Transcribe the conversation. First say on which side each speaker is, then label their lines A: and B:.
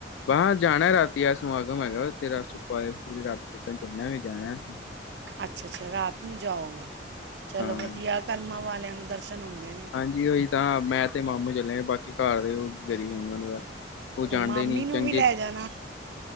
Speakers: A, on the left (about 85°); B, on the right (about 65°).
A: ਬਾਹ ਜਾਣਾ ਰਾਤੀ ਦਾ ਸਮਾਗਮ ਹੈਗਾ ਤੇ ਰ ਸੁਪਾ ਪੂਰੀ ਰਗ ਕੇ ਤਾਂ ਚੱਲਿਆ ਵੀ ਜਾਣਾ ਸੀ
B: ਅੱਛਾ ਅੱਛਾ ਰਾਤ ਨੂੰ ਜਾਓਗੇ ਚਲੋ
A: ਹਾਂ
B: ਵਧੀਆ ਕਰਮਾਂ ਵਾਲਿਆਂ ਨੂੰ ਦਰਸ਼ਨ ਹੁੰਦੇ ਨੇ
A: ਹਾਂਜੀ ਉਹੀ ਤਾਂ ਮੈਂ ਤੇ ਮਾਮੂ ਚੱਲਿਆ ਬਾਕੀ ਘਰ ਦੇ ਉਹ ਗਰੀ ਹ ਦਾ ਉਹ ਜਾਣਦੇ
B: ਤੇ ਮਾਮੀ
A: ਨੀ
B: ਨੂੰ
A: ਚੰਗੇ
B: ਵੀ ਲੈ ਜਾਣਾ